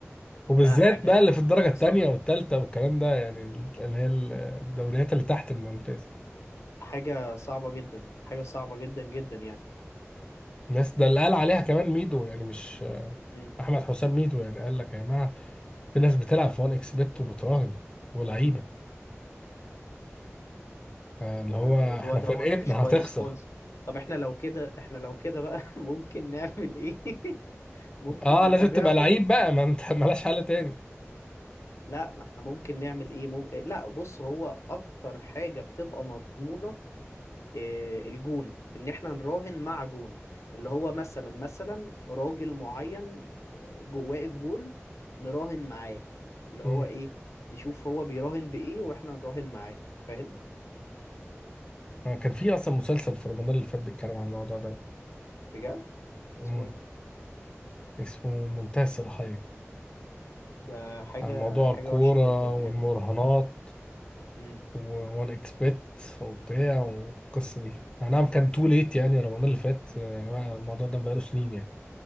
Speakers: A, on the left; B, on the left.
A: وبالذات
B: لا حاجة
A: بقى اللي في الدرجة
B: حاجة
A: التانية
B: صعبة جدا
A: والتالتة والكلام ده يعني اللي هي الدوريات اللي تحت الممتاز
B: حاجة صعبة جدا حاجة صعبة جدا جدا يعني
A: الناس ده اللي قال عليها كمان ميدو يعني مش
B: امم
A: أحمد حسام ميدو يعني قال لك يا جماعة في ناس بتلعب في 1 اكس بت وبتراهن ولعيبة اللي
B: الموضوع
A: هو احنا
B: دوت
A: فرقتنا
B: مش كويس
A: هتخسر
B: خالص طب احنا لو كده احنا لو كده بقى <laughs> ممكن نعمل ايه <laughs> ممكن
A: اه
B: نتابعهم
A: لازم تبقى لعيب بقى ما انت <laughs> ملاش حل تاني
B: لا ما احنا ممكن نعمل ايه مم... لا بص هو اكتر حاجة بتبقى مضمونة آه، الجون ان احنا نراهن مع جون اللي هو مثلا مثلا راجل معين آه، جو واقف جون نراهن معاه اللي
A: مم.
B: هو ايه نشوف هو بيراهن بايه واحنا نراهن معاه فاهم
A: آه، كان في اصلا مسلسل في رمضان اللي فات بيتكلم عن الموضوع ده
B: بجد
A: مم.
B: اسمه ايه
A: اسمه منتهى الصلاحية
B: ده حاجة
A: عن موضوع
B: حاجة
A: الكورة
B: وحشة جدا
A: والمراهنات
B: بجد امم
A: و1 اكس بت وبتاع والقصه دي أي نعم كان تو ليت يعني رمضان اللي فات يعني الموضوع ده بقاله سنين يعني